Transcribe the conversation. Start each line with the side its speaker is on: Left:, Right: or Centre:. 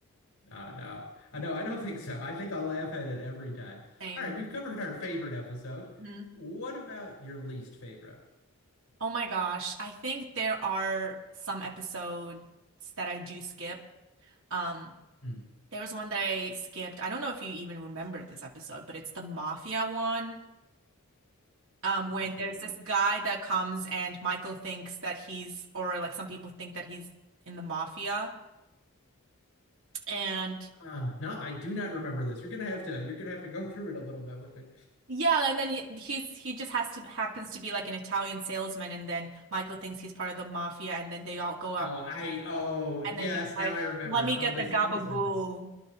Left: Oh no, I know, I don't think so. I think I'll laugh at it every time.
Right: Same.
Left: All right, we've covered our favorite episode.
Right: Mhm.
Left: What about your least favorite?
Right: Oh my gosh. I think there are some episodes that I do skip. Um,
Left: Mm,
Right: there was one that I skipped. I don't know if you even remember this episode, but it's the mafia one. um, when
Left: I'll feel
Right: there's
Left: one.
Right: this guy that comes and Michael thinks that he's, or like some people think that he's in the mafia. And
Left: Uh, no, I do not remember this. You're gonna have to you're gonna have to go through it a little bit with me.
Right: yeah, and then he, he's he just has to happens to be like an Italian salesman, and then Michael thinks he's part of the mafia, and then they all go up,
Left: Oh, I oh yes,
Right: and then he's
Left: now
Right: like,
Left: I remember.
Right: "Let me
Left: Oh,
Right: get
Left: the
Right: the gabagool,"
Left: salesman thing.